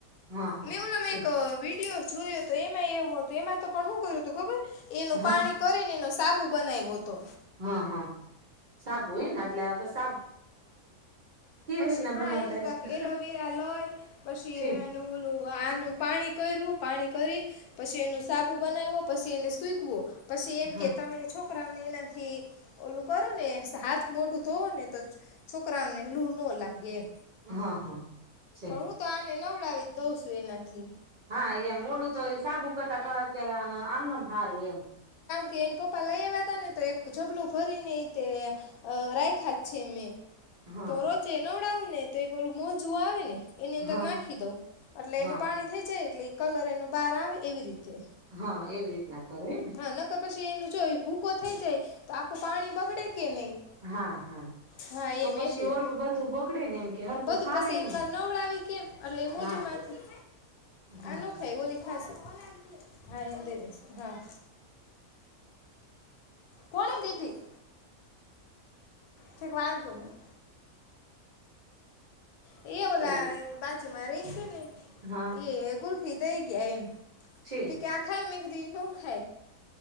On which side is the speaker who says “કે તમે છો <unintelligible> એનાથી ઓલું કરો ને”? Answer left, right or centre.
Left